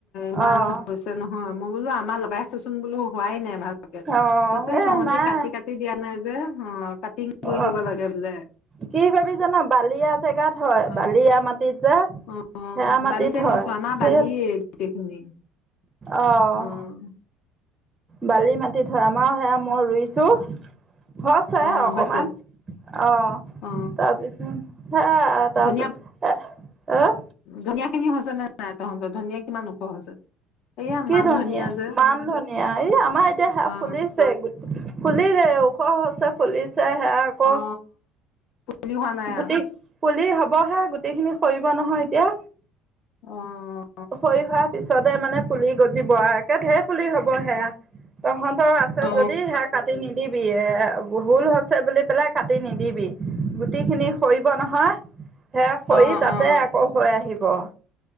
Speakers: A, on the left; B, on the right.
A: ইমান
B: অঁ
A: হৈছে নহয় মই বোলো আমাৰ লগাইো বো হোৱাই নাই াকে
B: অঁ
A: পছে
B: এই
A: তহঁতি
B: নাই
A: কাটি কাটি দিয়া নাই যে আহ কাটিং কৰি দিব
B: অঁ
A: লাগে বোলে
B: কি কৰিবি জান বালিয়া জেগাত হয়
A: আহ
B: বালিয়া মাটিত যে
A: আহ
B: সেয়া মাটিত
A: বালিতে
B: হয়
A: দিছো আমাৰ
B: সেই
A: বালিয় গোটেইখিনি
B: অঁ
A: আহ
B: বালি মাতি হয় আমাৰ সেয়া মই ৰুই ছ হৈছে
A: অ
B: অকমান
A: হৈছে
B: অ
A: অ
B: তাৰপিছত হে তাৰ
A: ধনিয়া
B: আহ
A: ধনিয়া খিনি হৈছে নে নাই তহঁতৰ ধনিয়া কিমান ওখ হৈছে এয়া
B: কি
A: মান
B: ধনিয়া
A: যে
B: মান ধনিয়া এই আমাৰ এতিয়া সে
A: অ
B: ফুলিছে গোটেই ফুলিলে ওখ হৈছে ফুলিছে চেহে আকৌ
A: অ বুলি হোৱা নাই
B: গোটি
A: আৰু
B: পুলি হ'ব হ'বহে গোটেই খিনি সৰিব নহয় এতিয়া
A: অ
B: সৰি হোৱাৰ পিছতে মানে পুলি গজিব একে ঢেৰ পুলি হব সেয়া তহঁতৰ আছে
A: অ
B: যদি সেয়া কাটি নিদিবি এ ভুল হৈছে বুলি পেলাই কাটি নিদিবি গুটি খিনি সৰিব নহয় সে সৰি
A: অ
B: তাতে
A: অ
B: আকৌ হৈ আহিব গ